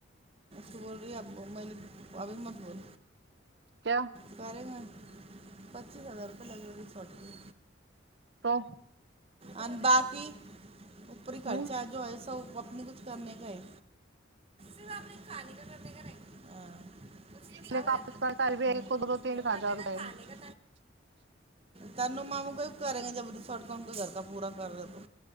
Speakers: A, on the right; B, on the right.
A: بول رہی آپ میں ابھی مت بول
B: کیا
A: برے میں پچیس ہزار روپئے لگے وہی چوٹ پ
B: تو
A: اور باقی پوری
B: ہوں
A: خرچہ جو ایسا ہی اپنے کچھ کرنے کا ہے کے کانے کا
B: <unintelligible>
A: اس میں سب رہتا ہاں۔ جو کرنے کا کھانے کا تن مامو کوئی کریں گے جبد سٹ کر ہن کا گ کا پورا کر ل دو